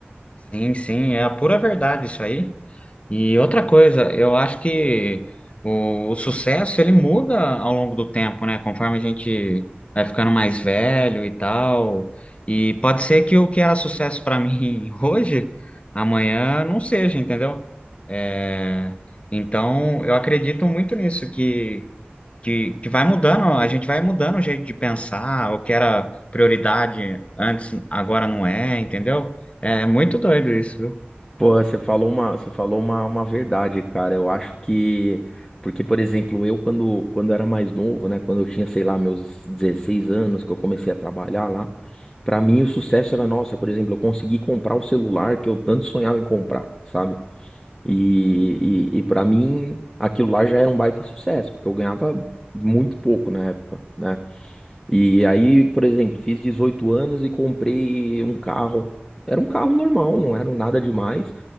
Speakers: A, on the left; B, in the centre.
A: Sim, sim, é a pura verdade isso aí. E outra coisa, eu acho que o, o sucesso ele muda ao longo do tempo, né? Conforme a gente vai ficando mais velho e tal. E pode ser que o que era sucesso para mim <laughs> hoje, amanhã não seja, entendeu? É, então, eu acredito muito nisso, que, que, que vai mudando, a gente vai mudando o jeito de pensar, o que era prioridade antes, agora não é, entendeu? É muito doido isso, viu?
B: Pô, você falou uma, você falou uma, uma verdade, cara. Eu acho que, porque, por exemplo, eu quando, quando era mais novo, né, quando eu tinha, sei lá, meus 16 anos, que eu comecei a trabalhar lá, pra mim o sucesso era, nossa, por exemplo, eu consegui comprar o celular que eu tanto sonhava em comprar, sabe? E, e, e para mim aquilo lá já era um baita sucesso, porque eu ganhava muito pouco na época, né? E aí, por exemplo, fiz 18 anos e comprei um carro. Era um carro normal, não era nada demais.